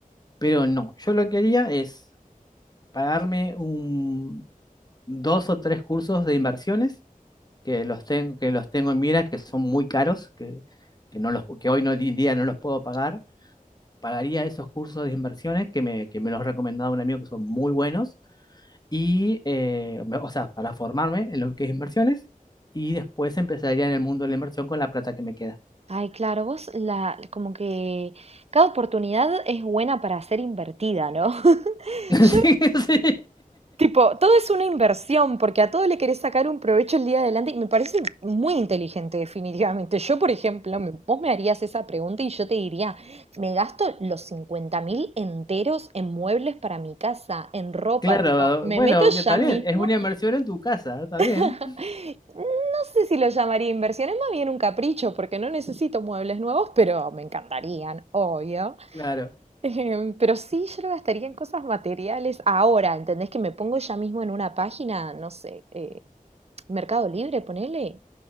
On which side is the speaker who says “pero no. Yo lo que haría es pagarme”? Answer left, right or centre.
Left